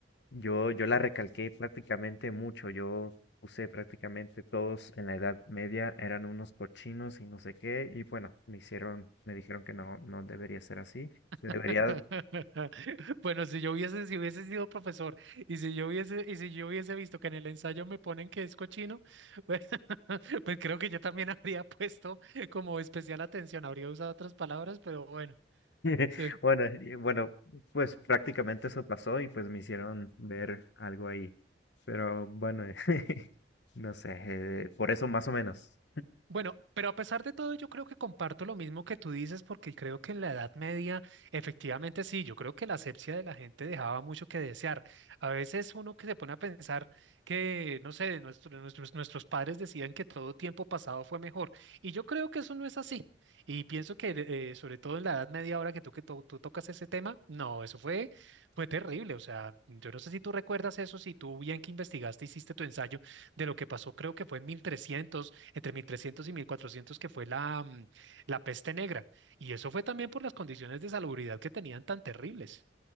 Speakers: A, on the left; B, on the right.
A: Yo, yo la recalqué prácticamente mucho. Yo puse prácticamente todos en la Edad Media eran unos cochinos y no sé qué. Y bueno, me hicieron, me dijeron que no, no debería ser así. que Debería,
B: <laughs> Bueno, si yo hubiese, si hubiese sido profesor y si yo hubiese, y si yo hubiese visto que en el ensayo me ponen que es cochino, <laughs> pues, pues creo que yo también <laughs> habría puesto como especial atención, habría usado otras palabras, pero bueno,
A: <laughs>
B: sí.
A: Bueno, y bueno, pues prácticamente eso pasó y pues me hicieron ver algo ahí. Pero bueno, <laughs> no sé, eh, por eso más o menos.
B: Bueno, pero a pesar de todo, yo creo que comparto lo mismo que tú dices, porque creo que en la Edad Media, efectivamente sí, yo creo que la asepsia de la gente dejaba mucho que desear. A veces uno que se pone a pensar que, no sé, nuestro- nuestros, nuestros padres decían que todo tiempo pasado fue mejor, y yo creo que eso no es así. Y pienso que, eh, sobre todo en la Edad Media, ahora que tú, que to- tú tocas ese tema, no, eso fue, fue terrible. O sea, yo no sé si tú recuerdas eso, si tú bien que investigaste, hiciste tu ensayo de lo que pasó, creo que fue en 1300 entre 1300 y 1400, que fue la, mm, la peste negra. Y eso fue también por las condiciones de salubridad que tenían tan terribles.